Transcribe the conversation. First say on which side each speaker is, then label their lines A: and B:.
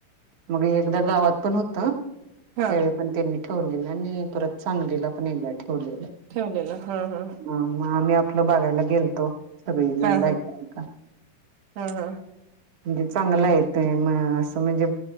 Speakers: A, on the right; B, on the right.
A: मग एकदा गावात पण होत त्यावेळी
B: हा
A: पण त्यांनी ठेवलेलं आणि परत सांगलीला पण एकदा ठेवलेलं
B: ठेवलेला हा हा
A: ह मग आम्ही आपलं बघायला गेलतो सगळीजण
B: हा
A: बायका
B: हा
A: बिका
B: हा हा
A: म्हणजे चांगलंय ते असं म्हणजे